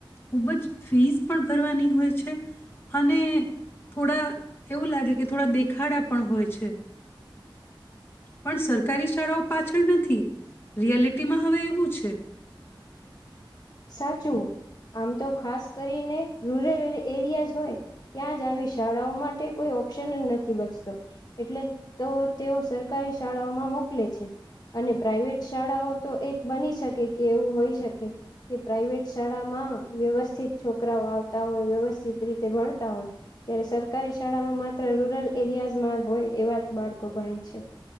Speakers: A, on the left; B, on the left.
A: ખુબ જ ફીસ પણ ભરવાની હોય છે. અને થોડા એવું લાગે કે થોડા દેખાડા પણ હોય છે. <unintelligible> પણ સરકારી શાળાઓ પાછળ નથી. રિયાલિટીમાં હવે એવું છે.
B: સાચું આમ તો ખાસ કરીને રૂરલ એરિયા જ હોય. ત્યાં જ આવી શાળાઓ માટે કોઈ ઓપ્શન જ નથી બચતો. એટલે તો તેઓ સરકારી શાળાઓમાં મોકલે છે. અને પ્રાઈવેટ શાળાઓ તો એક બની શકે કે એવું હોઈ શકે. કે પ્રાઈવેટ શાળામાં વ્યવસ્થિત છોકરાઓ આવતા હોય. વ્યવસ્થિત રીતે ભણતા હોય જ્યારે સરકારી શાળામાં માત્ર રૂરલ એરિયાઝમાં હોય એવા જ બાળકો ભણી છે.